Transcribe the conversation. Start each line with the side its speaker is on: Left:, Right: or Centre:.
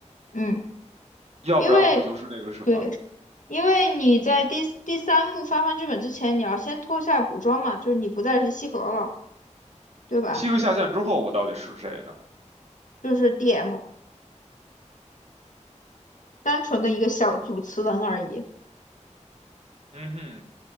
Left: 嗯，
Right: 要不然我就是那个什么。
Left: 因为对，因为你在第第三幕发放剧本之前，你要先脱下古装嘛，就是你不再是西河了，对吧？
Right: 西河下线之后，我到底是谁呢？
Left: 就是 DM，单纯的一个小主持人而已。
Right: 嗯哼，